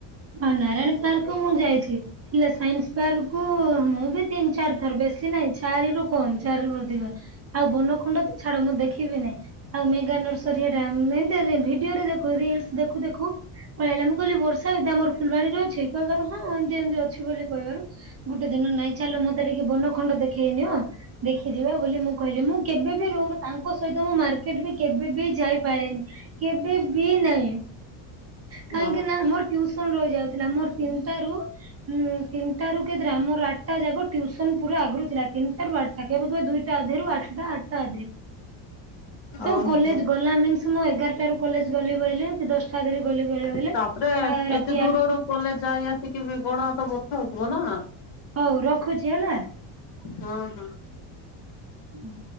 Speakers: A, on the right (about 30°); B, on the left (about 55°).
A: ହଁ ନାରାୟଣ ପାର୍କ ମୁଁ ଯାଇଛି। ହେଲେ ସାଇନ୍ସ ପାର୍କୁ ମୁଁ ବି ତିନି ଚାରି ଥର ବେଶୀ ନାହିଁ ଚାରି ରୁ କମ ଚାରିରୁ ଅଧିକ। ଆଉ ବୁନ ଖୁଣ୍ଡ ଛାଡ ମୁଁ ଦେଖିବି ନାହିଁ। ଆଉ ମେଗା ନରସରି ହେଟା ଭିଡିଓରେ ଦେଖ ରିଲସ ଦେଖୁ ଦେଖୁ ପଳେଇ ଆଇଲା ମୁଁ କହିଲି ବର୍ଷା ଏଇଟା ଆମର ଫୁଲବାଣୀରେ ଅଛି କହିବାରୁ ହଁ ଏମିତି ଏମିତି ଅଛି ବୋଲି କହିବାରୁ। ଗୋଟେ ଦିନ ନାଇଁ ଚାଲ ମତେ ଟିକେ ବନ ଖଣ୍ଡ ଦେଖେଇନିଅ। ଦେଖିଯିବା ବୋଲି ମୁଁ କହିଲି ମୁଁ କେବେବି ତାଙ୍କ ସହିତ ମୁଁ ମାର୍କେଟ ବି କେବେ ବି ଯାଇପାରେନି। କେବେ ବି ନାହିଁ କାହିଁକି
B: ହଁ
A: ନା ମୋର ଟିଉ ରହି ଯାଉଥିଲା ମୋର ତିନିଟା ରୁ ହୁଁ ତିନିଟା ରୁ କେତେଟା ମୋର ଆଠଟା ଯାକ ଟ୍ୟୁସନ ପୁରା ଆଗରୁ ଥିଲା ତିନିଟା ରୁ ଆର <unintelligible> ଦୁଇଟା ଅଧେରୁ ଆଠଟା ଆଠଟା ଅଧେ। ତୁ
B: ଓହୋ।
A: କଲେଜ ଗଲା ମିନ୍ସ ମୁଁ ଏଗାରଟା ରୁ କଲେଜ ଗଲି ବଇଲେ ଦଶଟା ଧ <unintelligible>
B: ତାପରେ
A: ଆ ରାତିରେ
B: ଏତେ ଦୂରରୁ କଲେ ଯାଇ ଆସିକି ବି ବଡ ହାତ ବଥା ହଉଥିବ ନା।
A: ହଉ ରଖୁଛି ହେଲା।
B: ହଁ ହଁ।
A: ହୁଁ।